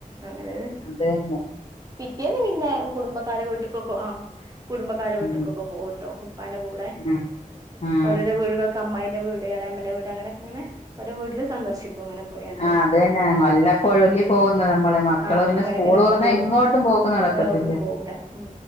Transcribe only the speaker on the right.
അങ്ങനെത്
പിറ്റേന്ന് പിന്നെ കുടുംബക്കാരെ വീട്ടിക്കൊക്കെ ആഹ് കുടുംബക്കാരെ വീട്ടക്കൊക്കെ
പോവുട്ടോ പ്പന്റെ കൂടെ
ഓരോരോ വി അമായിന്റെ വട്യാളമ്മന്റെ വീട് അങ്ങനൊക്കെങ്ങന ഓര വീട്ടില് സന്ദർശിക്കും അങ്ങനെ പോയണ്ട്
ആഹ്
അങ്ങനെയൊക്കെന്നെ
പോവുള്ളു
അങ്ങോട്ടും പോവൂല ഉം